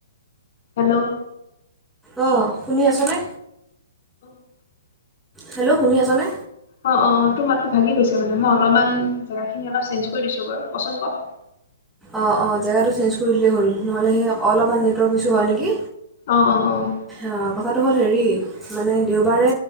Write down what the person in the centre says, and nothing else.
অ', শুনি আছনে?
হেল্ল' শুনি আছনে?
অ', অ' জেগাটো চেঞ্জ কৰি দিলেই হ'ল নহ'লে সেই অলপমান নেটৱৰ্ক ইছ্যু হয় নেকি।
আ, কথাটো হ'ল হেৰি মানে দেওবাৰে